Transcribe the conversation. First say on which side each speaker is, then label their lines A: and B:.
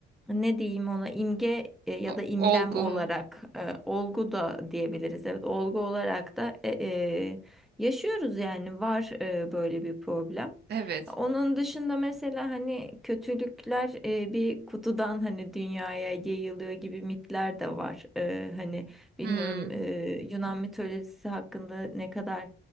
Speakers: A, in the centre; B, on the right.
A: ne diyeyim ona imge e, ya
B: O-
A: da imlem
B: Olgu
A: olarak
B: mu?
A: e, olgu da diyebiliriz. Evet olgu olarak da e, e, yaşıyoruz yani var e, böyle bir problem.
B: Evet.
A: Onun dışında mesela hani kötülükler e, bir kutudan hani dünyaya yayılıyor gibi mitler de var. E, hani bilmiyorum
B: Hmm.
A: e, Yunan mitolojisi hakkında ne kadar